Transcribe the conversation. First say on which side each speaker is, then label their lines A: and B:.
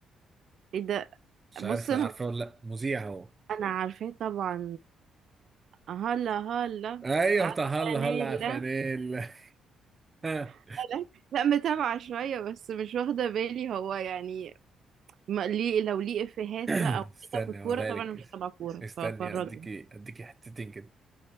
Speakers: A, on the right (about 65°); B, on the right (about 25°).
A: ايه ده
B: مش
A: بص
B: عارف
A: انا
B: عارفه ولا لا مذيع هو
A: انا عارفاه طبعا آه، هلا هلا
B: ايوه
A: عارفه
B: بتاع هلا هلا
A: نيلا
B: على الفانيلا <laughs>
A: <laughs> لا متابعه شويه بس مش واخده بالي هو يعني ما ليه لو ليه افيهات بقى
B: استني
A: وكده في الكوره
B: هقولها
A: طبعا
B: لك
A: أنا مش تبع كوره
B: استني
A: ففرجني
B: اديكي اديكي حتتين كده